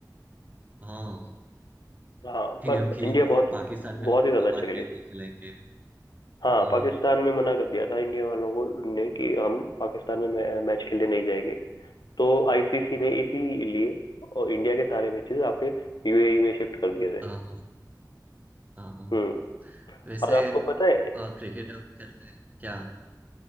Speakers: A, on the right; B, on the left.
A: हाँ
B: हाँ
A: <laughs>
B: पर
A: अभी
B: इंडिया बहुत
A: पाकिस्तान
B: बहुत
A: में हम
B: ही ज्यादा
A: हमारी
B: अच्छा खेली
A: मैच नहीं खिलाएंगे
B: हाँ
A: हाँ
B: पाकिस्तान में मना कर दिया था इंडिया वालों को ने कि हम पाकिस्तान में मै, मैच खेलने नहीं जाएंगे तो आईसीसी ने इसीलिए और इंडिया के सारे मैचेस आपके यूएई में शिफ्ट कर दिए थे
A: हाँ हाँ। हाँ हाँ
B: हम्म
A: वैसे
B: और आपको पता है
A: आ, क्रिकेट आप खेलते हैं क्या